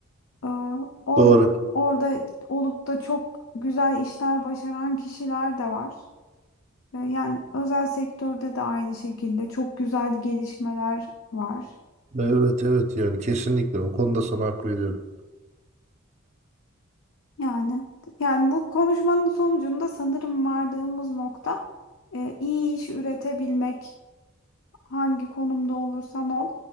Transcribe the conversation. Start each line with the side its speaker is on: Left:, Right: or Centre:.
Left: Aa, Orada
Right: doğru.
Left: orada olup da çok güzel işler başaran kişiler de var. Ee, Yani özel sektörde de aynı şekilde çok güzel gelişmeler var.
Right: Evet evet yani kesinlikle o konuda sana hak veriyorum.
Left: Yani yani bu konuşmanın sonucunda sanırım vardığımız nokta e, iyi iş üretebilmek. Hangi konumda olursan ol.